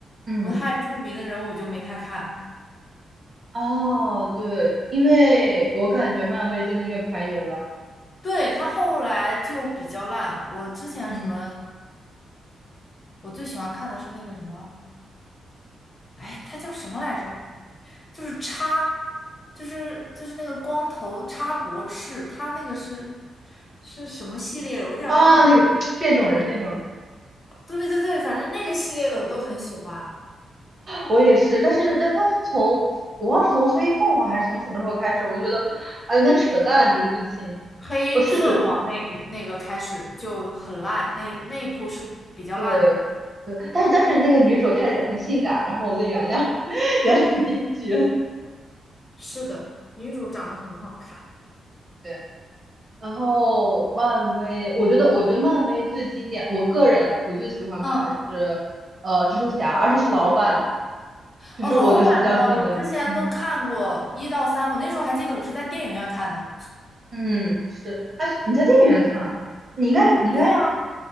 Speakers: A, on the right; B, on the left.
A: 嗯，
B: 不太著名的人物我就没太看。
A: 哦，对，因为我感觉漫威真的越拍越烂。
B: 对，他后来就比较烂。我之前什么，
A: 嗯，
B: 我最喜欢看的是那个什么，哎，他叫什么来着？就是叉，就是就是那个光头叉博士，他那个是，是什么系列的？我有点忘了。
A: 啊，那个变种人，变种人，
B: 对对对，反正那个系列的我都很喜欢。
A: 我也是，但是但是他是从我忘了是从黑凤凰还是从什么时候开始，我就觉得啊有点扯淡这个剧情。
B: 黑凤凰那那个开始就很烂，
A: 我试试。
B: 那那一部是比较烂的。
A: 对对，但是但是那个女主太很性感，然后我就原谅 <laughs> 原谅编剧了。
B: 是的，女主长得很好看。
A: 对，然后漫威，我觉得我觉得漫威最经典，我个人我最喜欢的还是呃蜘蛛侠，
B: 嗯，
A: 而且是老版的，就是我觉得是比较紧的。
B: 哦，老版呢，我之前都看过一到三，
A: 嗯
B: 我那时候还记得我是在电影院看的。
A: 嗯，是。啊，你在电影院看，你应该你应该
B: 对啊，